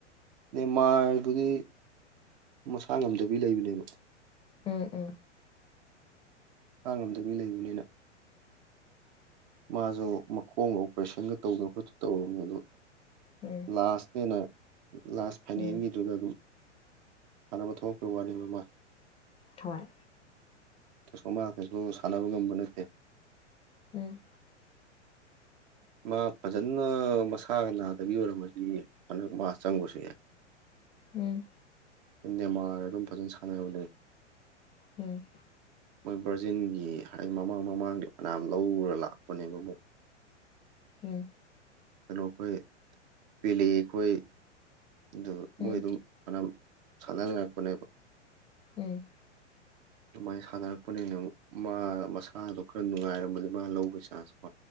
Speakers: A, on the right; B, on the left.
A: ꯅꯦꯃꯥꯔꯕꯨꯗꯤ ꯃꯁꯥ ꯉꯝꯗꯕꯤ ꯂꯩꯕꯅꯦꯕ
B: ꯎꯝ ꯎ
A: ꯃꯁꯥ ꯉꯝꯗꯕꯤ ꯂꯩꯕꯅꯤꯅ ꯃꯥꯁꯨ ꯃꯈꯣꯡꯒ ꯑꯣꯄꯔꯦꯁꯟꯒ ꯇꯧꯗꯅ ꯈꯣꯠꯇ ꯇꯧꯔꯨꯕꯅꯤ ꯑꯗꯨ
B: ꯎꯝ
A: ꯂꯥꯁꯅꯦꯅ ꯂꯥꯁ ꯐꯥꯏꯅꯦꯜꯒꯤꯗꯨꯗ
B: ꯎꯝ
A: ꯑꯗꯨꯝ ꯁꯥꯟꯅꯕ ꯊꯣꯛꯂꯛꯄꯩ ꯋꯥꯅ‌ꯦꯕ ꯃ
B: ꯊꯣꯏ
A: ꯀꯩꯁꯨ ꯃꯥ ꯀꯩꯁꯨ ꯁꯥꯟꯅꯕ ꯉꯝꯕ ꯅꯠꯇꯦ
B: ꯎꯝ
A: ꯃꯥ ꯐꯖꯅ ꯃꯁꯥꯒ ꯅꯥꯗꯕꯤ ꯑꯣꯏꯔꯝꯃꯗꯤ ꯍꯟꯗꯛ ꯃꯥ ꯆꯪꯕꯁꯨ ꯌꯥꯏ <inaudible>
B: ꯎꯝ
A: ꯅ‌ꯦꯃꯥꯔ ꯑꯗꯨꯝ ꯐꯖꯅ ꯁꯥꯟꯅꯕꯅ‌ꯦ
B: ꯎꯝ
A: ꯃꯣꯏ ꯕꯔꯖꯤꯟꯒꯤ ꯍꯥꯏꯗꯤ ꯃꯃꯥꯡ ꯃꯃꯥꯡꯗꯤ ꯐꯅꯌꯥꯝ ꯂꯧꯔ ꯂꯥꯛꯄꯅꯦꯕ ꯃ‌ꯣꯏ
B: ꯎꯝ
A: ꯀꯩꯅꯣ ꯈꯣꯏ ꯄꯦꯜꯂꯤ ꯈꯣꯏ ꯑꯗꯨ ꯃꯣꯏ
B: ꯎꯝ
A: ꯑꯗꯨꯝ ꯐꯅꯌꯥꯝ ꯁꯟꯅ ꯂꯥꯛꯄꯅꯦꯕ
B: ꯎꯝ
A: <unintelligible> ꯑꯗꯨꯃꯥꯏꯅ ꯁꯥꯟꯅꯔꯛꯄꯅꯤꯅ ꯃꯥ ꯃꯁꯥꯗꯣ ꯈꯔ ꯅꯨꯡꯉꯥꯏꯔꯝꯕꯗꯤ ꯃꯥ ꯂꯧꯕꯒꯤ ꯆꯥꯟꯁꯀꯣ